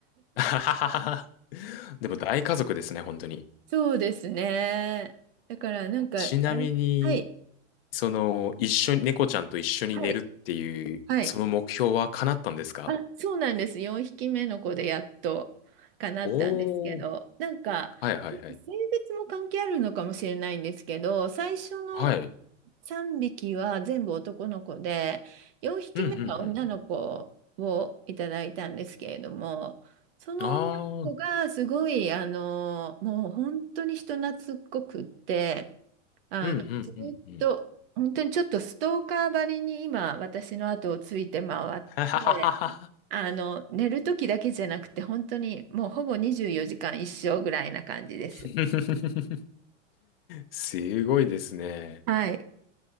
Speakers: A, on the left; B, on the right.
A: <laughs> でも大家族ですね、本当に。
B: そうですね。だからなんか、
A: ちなみに、
B: 外はい、
A: その、一緒に、猫ちゃんと一緒に寝るっていう、
B: はい、はい。
A: その目標は叶ったんですか
B: あ、そうなんです。4匹目の子でやっと叶ったんですけど、
A: おー。
B: なんか、
A: はいはいはい。
B: 性別も関係あるのかもしれないんですけど、最初の
A: はい。
B: 3匹は全部男の子で、4匹目が女の子をいただいたんですけれども、
A: うんうんうん
B: その女の子がすごい、
A: うん。あー。
B: あの、もう本当に人懐っこくって、あの、
A: うんうんうんうん。
B: ずっと、本当にちょっとストーカーばりに今、私の後をついて回って、
A: <laughs> はははは
B: あの、寝る時だけじゃなくて、本当にもうほぼ24時間一生ぐらいな感じです。
A: <laughs> すごいですね。
B: はい。